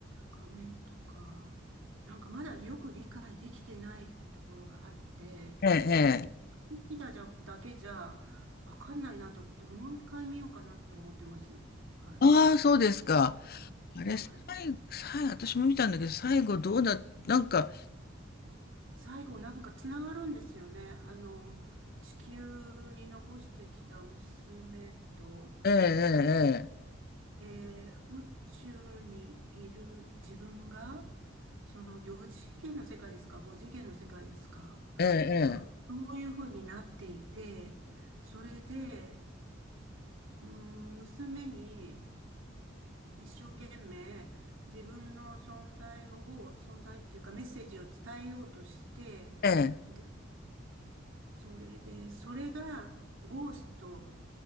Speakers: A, on the right; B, on the left.
A: 画面とか、なんかまだよく理解できてないところがあって、
B: ええ、
A: 一回見たじゃ、
B: ええ。
A: だけじゃわかんないなと思って、もう一回見ようかなと思ってます。はい。
B: ああ、そうですか。
A: はい。
B: あれ、
A: はい
B: 最後、最後、私も見たんだけど、最後どうだ、なんか、
A: 最後なんかつながるんですよね。あの、地球に残してきた娘と、
B: ええ、
A: えー宇宙にいる自分が、その4次元の世界ですか ?5 次元の世界ですか
B: ええ、ええ、
A: なんかそういうふうになっていて、それで、うーん、娘に一生懸命自分の存在を、存在っていうかメッセージを伝えようとして、
B: ええ、
A: でそれで、それがゴースト